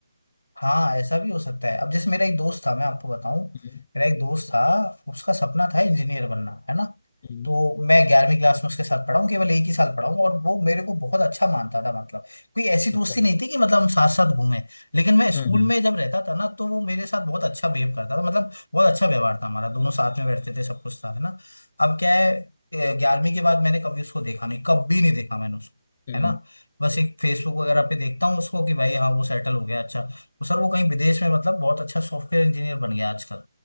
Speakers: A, on the left (about 75°); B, on the left (about 35°).
A: हाँ ऐसा भी हो सकता है अब जैसे मेरा एक दोस्त था मैं आपको बताऊं
B: हम्म,
A: मेरा एक दोस्त था उसका सपना था इंजीनियर बनना है ना
B: हम्म,
A: तो मैं ग्यारहवीं क्लास में उसके साथ पढ़ाऊँ केवल एक ही साल पढ़ाऊँ और वो मेरे को बहुत अच्छा मानता था मतलब कोई ऐसी दोस्ती
B: अच्छा
A: नहीं थी कि मतलब हम साथ साथ घूमें लेकिन मैं स्कूल
B: हम्म हम्म
A: में जब रहता था ना तो वो मेरे साथ बहुत अच्छा बिहेव करता था मतलब बहुत अच्छा व्यवहार था हमारा दोनों साथ में बैठते थे सब कुछ था है ना अब क्या है ग्यारहवीं के बाद मैंने कभी उसको देखा नहीं कभी नहीं देखा मैंने उसको
B: हम्म,
A: है ना बस एक फेसबुक वगैरह पे देखता हूँ उसको कि भाई हाँ वो सेटल हो गया अच्छा तो सर वो कहीं विदेश में मतलब बहुत अच्छा सॉफ्टवेयर इंजीनियर बन गया आजकल